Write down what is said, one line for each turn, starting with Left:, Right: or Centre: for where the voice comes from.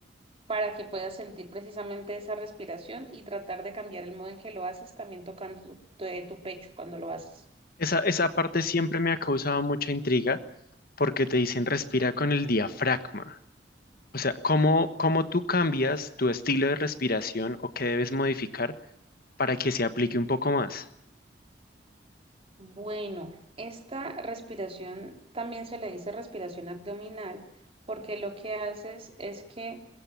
Right: para que puedas sentir precisamente esa respiración y tratar de cambiar el modo en que lo haces, también tocando tu, tu- eh, tu pecho cuando lo haces.
Left: Esa, esa parte siempre me ha causado mucha intriga porque te dicen respira con el diafragma. O sea, ¿cómo, cómo tú cambias tu estilo de respiración o qué debes modificar? para que se aplique un poco más.
Right: Bueno, esta respiración también se le dice respiración abdominal porque lo que haces es que,